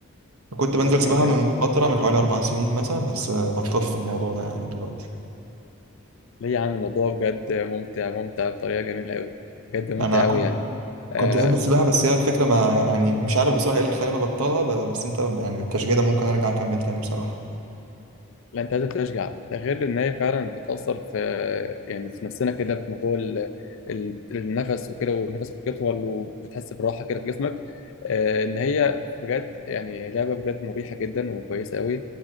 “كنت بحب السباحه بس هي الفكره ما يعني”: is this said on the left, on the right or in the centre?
Right